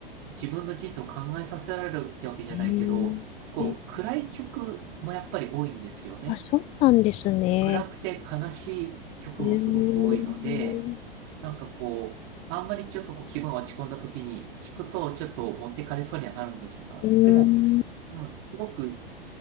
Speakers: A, on the right; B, on the left.
A: 自分の人生を考えさせられるってわけじゃないけど、
B: ええ
A: こう、暗い曲もやっぱり多いんですよね。
B: あ、そうなんですね。
A: 暗くて悲しい曲もすごく多いので、
B: ええ。うん、
A: なんかこう、あんまりちょっとこう気分が落ち込んだ時に聞くとちょっと持ってかれそうにはなるんですが、
B: うん。
A: でも、うん、すごく